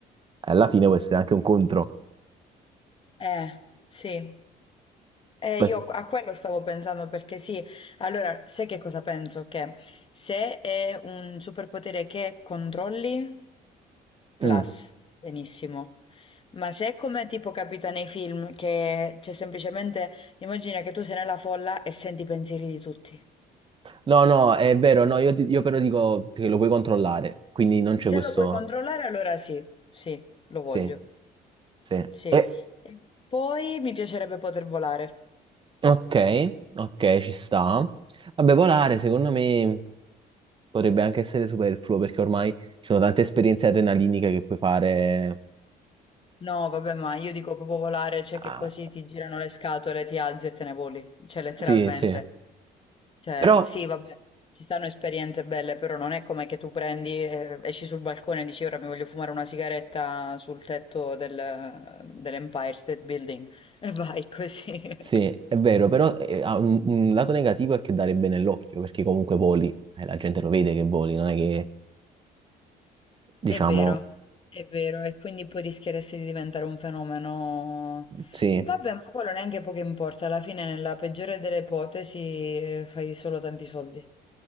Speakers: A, on the right; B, on the left.
A: alla fine può essere anche un contro.
B: Eh, sì. Eh,
A: Per-
B: io a quello stavo pensando perché sì, allora sai che cosa penso? Che se è un superpotere che controlli, Plus,
A: Mm.
B: benissimo. Ma se è come tipo capita nei film, che c'è semplicemente, immagina che tu sei nella folla e senti i pensieri di tutti.
A: No, no, è vero, no, io, ti- io però dico che lo puoi controllare, quindi non c'è
B: Se
A: questo...
B: lo puoi controllare, allora sì, sì, lo voglio.
A: Sì, sì.
B: Sì.
A: Eh,
B: E poi mi piacerebbe poter volare.
A: ok, ok, ci sta. Vabbè, volare secondo me potrebbe anche essere superfluo perché ormai ci sono tante esperienze adrenaliniche che puoi fare.
B: No, vabbè, ma io dico proprio volare, cioè
A: Ah,
B: che così ti girano le scatole, ti alzi e te ne voli, cioè letteralmente.
A: sì, sì.
B: Cioè,
A: Però
B: sì, vabbè, ci stanno esperienze belle, però non è come che tu prendi, eh, esci sul balcone e dici ora mi voglio fumare una sigaretta sul tetto del- dell'Empire State Building e vai così. <laughs>
A: Sì, è vero, però eh, ha un, un lato negativo è che darebbe nell'occhio, perché comunque voli, eh, la gente lo vede che voli, non è che, diciamo,
B: È vero, è vero, e quindi poi rischieresti di diventare un fenomeno.
A: sì,
B: Vabbè, ma quello neanche poco importa, alla fine nella peggiore delle ipotesi eh, fai solo tanti soldi.